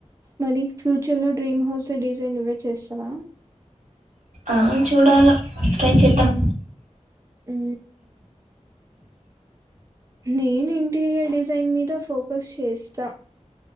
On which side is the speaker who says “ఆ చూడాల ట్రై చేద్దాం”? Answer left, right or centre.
Right